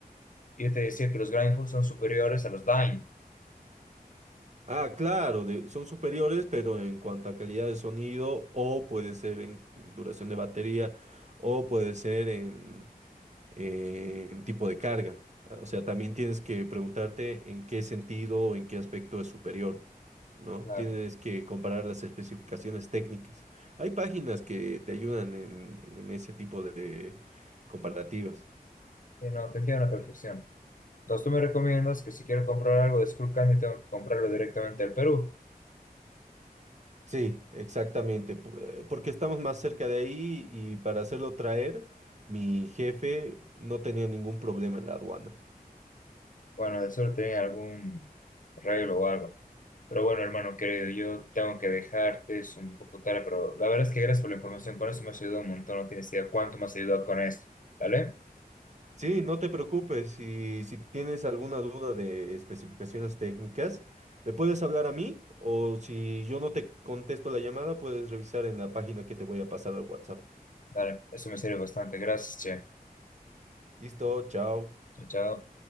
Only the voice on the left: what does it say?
Y Yo te decía que los grindful son superiores a los dine.
Claro.
Sí, no, te entiendo a la perfección. Entonces, tú me recomiendas que si quiero comprar algo de Skullcandy, tengo que comprarlo directamente al Perú.
Bueno, de seguro tenía algún arreglo o algo. Pero bueno, hermano querido, yo tengo que dejarte, es un poco tarde, pero la verdad es que gracias por la información. Con eso me has ayudado un montón, no tienes idea cuánto me has ayudado con esto. ¿Vale?
Dale, eso me sirve bastante. Gracias, che.
Chao, chao.